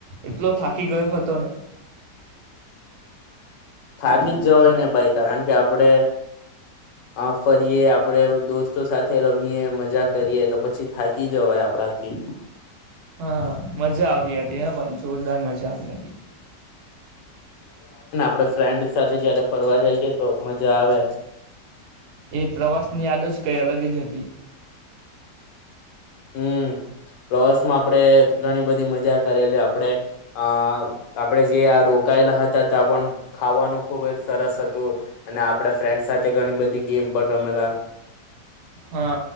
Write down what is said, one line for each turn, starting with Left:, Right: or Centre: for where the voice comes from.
Right: એટલો થાકી ગયો હતો ને.
Left: થાકી જ જવાય ને ભાઈ કારણ કે આપડે આ ફરીયએ આપડે દોસ્તો સાથે રમીએ મજા કરીએ તો પછી થાકી જવાય આપણાથી.
Right: હા મજા આવતી હતી હ પણ જોરદાર મજા આવી હતી.
Left: આપ ફ્રેન્ડ સાથે જયારે ફરવા જઈએ તો મજા આવે.
Right: એ પ્રવાસ ની યાદ જ કઈ અલગે જ હતી.
Left: હમ પ્રવાસમાં આપણેે ઘણી બધી મજા કરેલી આપડે અ આપડે જે આ રોકાયેલા હતા ત્યા પણ ખાવાનું ખુબ જ સરસ હતું અને આપણે ફ્રેન્ડ સાથે ઘણી બધી ગેમ પર રમેલા.
Right: હા